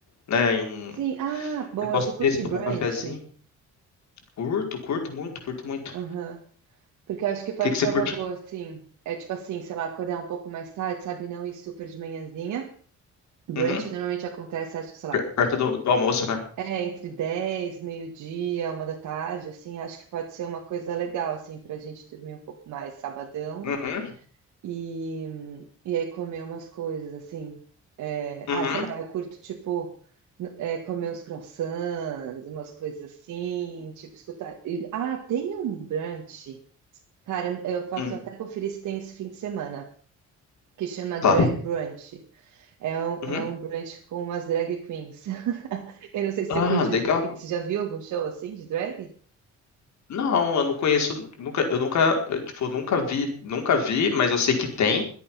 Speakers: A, on the left (about 70°); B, on the right (about 90°).
A: né, em um
B: sim. Ah, boa.
A: um negócio
B: Você curte
A: desse, tomar
B: brunch?
A: um cafezinho. Curto, curto muito, curto muito. O
B: Aham. Porque eu acho que pode
A: que que você
B: ser
A: curte?
B: uma boa, sim. É tipo assim, sei lá, acordar um pouco mais tarde, sabe? Não ir super de manhãzinha. Brunch
A: Uhum.
B: normalmente acontece, acho que, sei lá,
A: Per- Perto do, do almoço, né?
B: É, entre 10, meio-dia, uma da tarde, assim, acho que pode ser uma coisa legal, assim, pra gente dormir um pouco mais sabadão
A: Uhum,
B: e, e aí comer umas coisas, assim. É,
A: uhum,
B: ah, sei lá, eu curto, tipo, n- é, comer uns croissants, umas coisas assim, tipo, escutar. e- ah, tem um brunch, cara, eu eu posso
A: uhum,
B: até conferir se tem esse fim de semana, que chama
A: Tá.
B: Drag Brunch. É um,
A: uhum.
B: é um brunch com umas drag queens. Eu não sei se
A: Ah,
B: você curte
A: legal.
B: drag queen, você já viu algum show assim de drag?
A: Não, eu não conheço, nunca, eu nunca, eh, tipo, nunca vi, nunca vi, mas eu sei que tem,